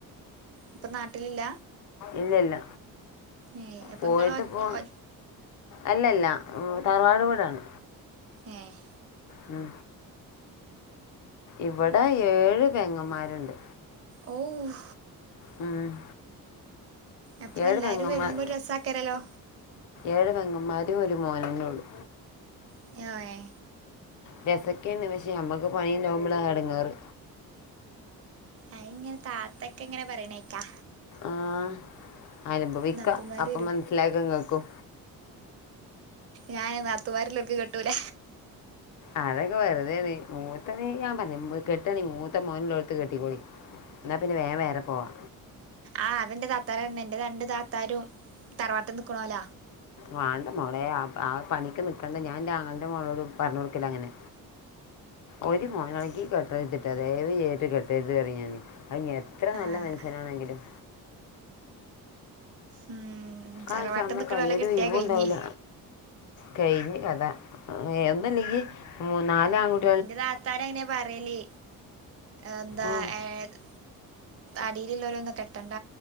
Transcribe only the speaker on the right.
ഇപ്പൊ നാട്ടിലില്ല
ഏഹ് അപ്പൊ
ഇങ്ങള് ഒ
ഒ
ഏഹ്
ഓഹ്
അപ്പൊ
എല്ലാരും
വരുമ്പോ ഒരു രസാക്കാരല്ലോ
<unintelligible> യെ
ആയ് ഇങ്ങനെ താത്തൊക്കെ ഇങ്ങനെ പറയണേക്കാ
നാത്തൂന്മാര്
ഞാന് നാത്തുമാര്ല്ലോക്ക് കെട്ടൂല
ആഹ് അതെന്റെ താത്താരറഞ്ഞ് ന്റെ രണ്ട് താത്താരും തറവാട്ട് നിക്കണോല
ആഹ്
ഉം തറവാട്ട്
നിക്കണോലെ
കിട്ടിയാ
കഴിഞ്ഞ്
ന്റെ താത്താര് അങ്ങനെ പറയല് എന്താ
ഏഹ് അടിയിലുള്ളോരോന്നും കെട്ടണ്ട